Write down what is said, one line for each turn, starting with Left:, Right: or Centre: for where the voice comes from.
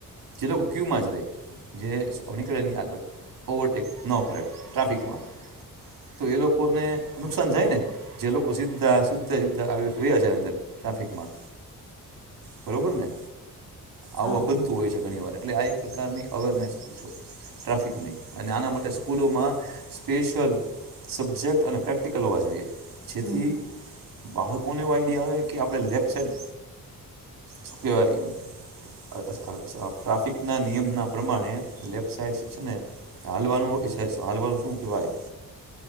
Right: જે લોકો ક્યુમાં જ રે. જે સ આમ નીકળે નય આગળ. ઓવરટેક ન કરે ટ્રાફિકમાં, તો એ લોકોને નુકસાન જાય ને જે લોકો સીધા સીધે સીધા આવી રીત વયા જાય અંદર ટ્રાફિકમાં, બરોબર ને?
Left: હા
Right: આવું આ
Left: હા
Right: બનતું હોય છે ઘણી વાર, એટલે આ એક પ્રકારની અવેરનેસ કવ છું ટ્રાફિકની અને આના માટે સ્કૂલોમાં સ્પેશલ સબ્જેક્ટ અને પ્રેક્ટિકલ હોવા જોઈએ. જેથી
Left: હમ હમ
Right: બાળક કોને એવો આઈડિયા આવે કે આપણે લેફ્ટ સાઈડ, સુ કહેવાય? અ અસ અસ અ ટ્રાફિકના નિયમના પ્રમાણે લેફ્ટ સાઈડ જે સે ને, હાલવાનું હોય સે, સો હાલવાનું શું કેવાય?